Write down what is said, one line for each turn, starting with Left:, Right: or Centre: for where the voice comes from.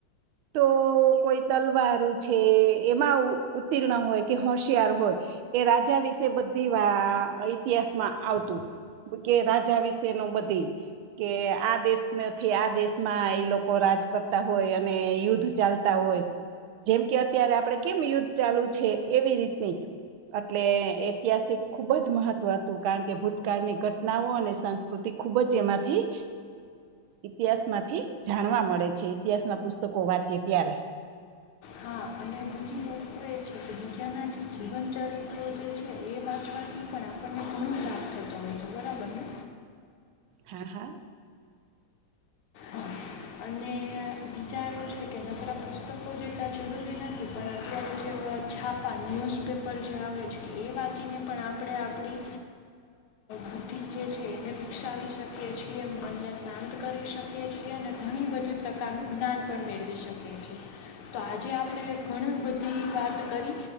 Right: તો કોઈ તલવારું છે એમાં આવું ઉણ હોય કે હોશિયાર હોય એ રાજા વિશે બધી ઇતિહાસમાં આવતું કે રાજા વિશે ન બધી કે આ દેશથી આ દેશમાં એ લોકો રાજ કરતા હોય અને યુદ્ધ ચાલતા હોય જેમ કે અત્યારે આપડે કેમ યુદ્ધ ચાલુ છે એવી રીતની એટલે ઐતિહાસિક ખૂબ જ મહત્વ હતું કારણ કે ભૂતકાળની ઘટનાઓ અને સંસ્કૃતિ ખૂબ જ એમાંથી ઇતિહાસ માંથી જાણવા મળે છે ઈતિહાસના પુસ્તકો વાંચી ત્યારે
Left: હા અને બીજી વસ્તુ એ છે કે બીજાના જે જીવન ચરિત્રો જે છે એ વાંચવાથી પણ આપણને ઘણો લાભ થતો હોય છે બરાબર ને
Right: હા હા
Left: હા અને બીજા એવું છે કે નકરાા પુસ્તકો જેટલા જરૂરી નથી પણ અત્યારે જે છાપા ન્યૂઝપેપર જે આવે છે એ વાંચીને પણ આપણે આપણી બુદ્ધિ જે છે એને વિકસાવી શકીએ છીએ મનને શાંત કરી શકીએ છીએ અને ઘણી બધી પ્રકારનું જ્ઞાન પણ મેળવી શકીએ છીએ તો આજે આપણે ઘણી બધી વાત કરી